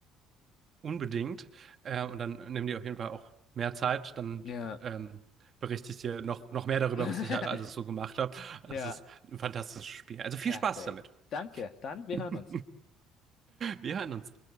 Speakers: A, on the right (about 30°); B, on the left (about 40°).
A: Unbedingt. Äh, und dann nimm dir auf jeden Fall auch mehr Zeit. Dann
B: Ja.
A: ähm, berichte ich dir noch, noch mehr darüber,
B: <laughs>
A: was ich halt alles so gemacht habe.
B: Ja,
A: Es ist ein fantastisches Spiel. Also viel
B: perfekt.
A: Spaß damit.
B: Danke. Dann, wir
A: <laughs>
B: hören uns.
A: Wir hören uns.